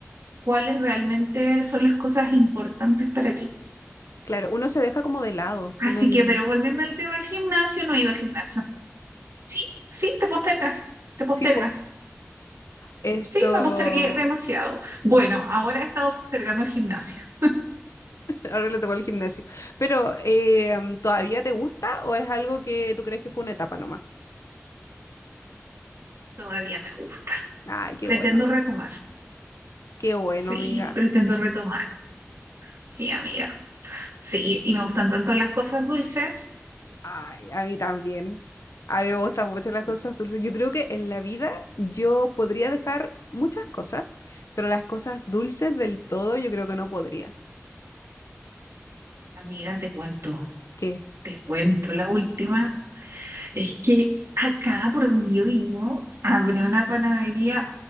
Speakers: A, on the right; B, on the left.
A: cuáles realmente son las cosas importantes para ti.
B: claro. Uno se deja como de lado,
A: Así
B: uno mismo.
A: que, pero volviendo al tema del gimnasio, no he ido al gimnasio. Sí, sí, te postergas, te postergas.
B: Sí, po. Esto,
A: Sí, me postergué demasiado. Bueno, ahora he estado postergando el gimnasio.
B: Ahora le tocó el gimnasio. Pero, eh, mm, ¿todavía
A: Mm,
B: te gusta o es algo que tú crees que fue una etapa nomás?
A: Todavía me gusta.
B: Ay, qué
A: Pretendo
B: bueno.
A: retomar.
B: Qué bueno,
A: Sí,
B: amiga.
A: pretendo retomar. Sí, amiga. Sí, y me gustan tanto las cosas dulces.
B: Ay, a mí también. A mí me gustan mucho las
A: Mm.
B: cosas dulces. Yo creo que en la vida yo podría dejar muchas cosas, pero las cosas dulces del todo yo creo que no podría.
A: Amiga, te cuento,
B: ¿Qué?
A: te cuento. La última es que acá por donde yo vivo, abrió una panadería.